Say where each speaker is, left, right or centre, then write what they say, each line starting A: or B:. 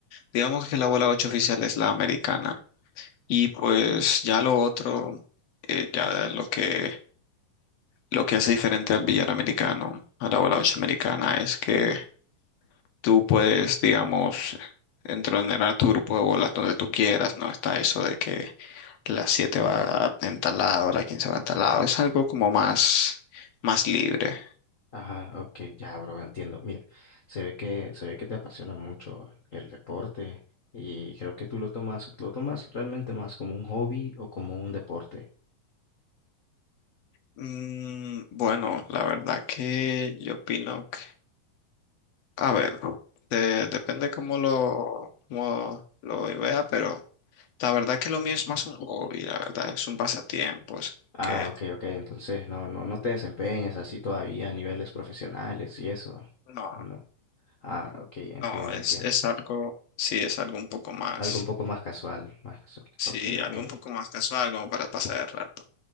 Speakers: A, on the left (about 60°); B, on the left (about 75°).
A: Digamos que la bola 8 oficial es la americana. Y pues ya lo otro, eh, ya lo que Lo que hace diferente al billar americano, a la bola 8 americana, es que tú puedes, digamos, entrenar tu grupo de bolas donde tú quieras, no está eso de que la 7 va en tal lado, la 15 va en tal lado, es algo como más, más libre.
B: Ah, ok, ya, bro, entiendo. Mira, se ve que, se ve que te apasiona mucho el deporte y creo que tú lo tomas, lo tomas realmente más como un hobby o como un deporte.
A: Mm, bueno, la verdad que yo opino que, a ver, de- depende cómo lo, cómo lo vea, pero la verdad que lo mío es más un hobby, la verdad, es un pasatiempo, es
B: Ah,
A: que
B: ok, ok, entonces no, no, no te desempeñas así todavía a niveles profesionales y eso.
A: no.
B: No. Ah, ok, entiendo,
A: No, es,
B: entiendo.
A: es algo, sí, es algo un poco más,
B: Algo un poco más casual, más casual.
A: sí,
B: Ok,
A: algo
B: ok,
A: un poco más casual, como para pasar el rato.